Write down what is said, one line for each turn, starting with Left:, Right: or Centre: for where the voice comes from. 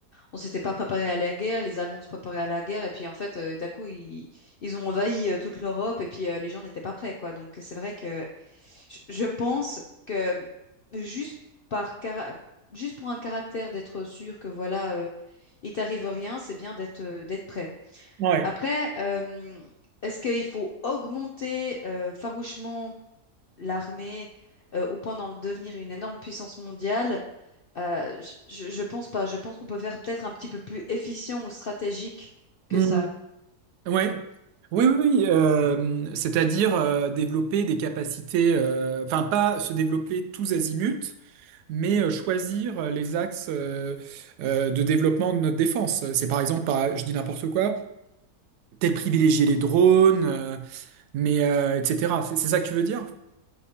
Left: on s'était pas préparé à la guerre. Les Allemands se préparaient à la guerre, et puis en fait, euh, d'un coup, ils, ils ont envahi euh, toute l'Europe, et puis euh, les gens n'étaient pas prêts, quoi. Donc, c'est vrai que je je pense que juste par cara- juste pour un caractère d'être sûr que voilà, euh, il t'arrive rien, c'est bien d'être euh, d'être prêt.
Right: Ouais.
Left: Après, euh, est-ce qu'il faut augmenter euh, farouchement l'armée euh, au point d'en devenir une énorme puissance mondiale, euh, je, je je pense pas. Je pense qu'on peut faire peut-être un petit peu plus efficient ou stratégique que
Right: Mm.
Left: ça.
Right: Ouais. Oui, oui, oui, euh, c'est-à-dire euh, développer des capacités, euh, enfin pas se développer tous azimuts, mais euh, choisir euh, les axes euh, euh, de développement de notre défense. C'est par exemple, pas, je dis n'importe quoi, peut-être privilégier les drones, euh, mais euh, etc. C'est c'est ça que tu veux dire?